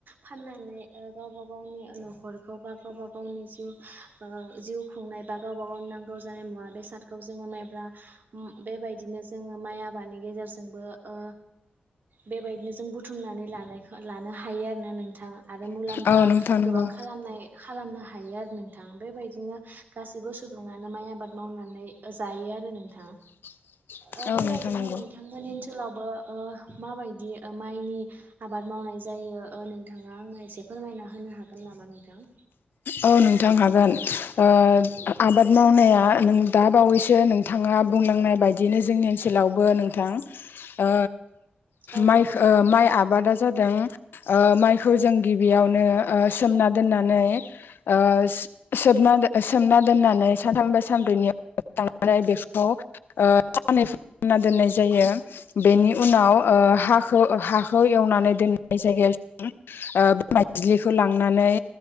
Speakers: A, on the right; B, on the left.
A: फाननानै ओ, गावबा गावनि न' खरखौ बा गावबा गावनि जिउ, ओ जिउ खुंनाय बा गावबा गावनि नांगौ जानाय मुवा बेसादखौ जोङो माइब्रा म बेबायदिनो जोङो माइ आबादनि गेजेरजोंबो ओ बेबायदिनो जों बुथुमनानै लानायखौ लानो हायो आरोना नोंथां। आरो मुलाम्फा
B: औ नोंथां नंगौ औ नोंथां नंगौ
A: गोबां खालामनाय खालामनो हा हायो आरो नोंथां। बेबायदिनो गासैबो सुबुङानो माइ आबाद मावनानै ओ जायो आरो नोंथां।
B: <inaudible>
A: ओ बेबायदिनो
B: नोंथां नंगौ
A: नोंथांमोननि ओनसोलाव बो ओ माबायदि ओ माइनि आबाद मावनाय जायो ओ नोंथाङा आंनो एसे फोरमायना होनो हागोन नामा नोंथां?
B: औ नोंथां हागोन। ओ, आबाद मावनाया
A: औ
B: नों
A: औ
B: दा बावैसो नों थाङा बुंलांनाय बायदियनो जोंनि ओनसोलावबो नोंथां, ओ
A: औ
B: माख
A: नंगौ नोंथां
B: ओ माइ आबादा जादों। ओ माइखौ जों गिबियावनो ओ, सोमना दोननानै ओस सोबना सोमना दोननानै साथाम एबा सानब्रैनि <unintelligible> बेखौ ओ साननै फोरनना दोननाय जायो। बेनि उनाव ओ ओ हाखो हाखौ एवनानै दोननाय जायगायाव जों ओ मायज्लिखौ लांनानै, नै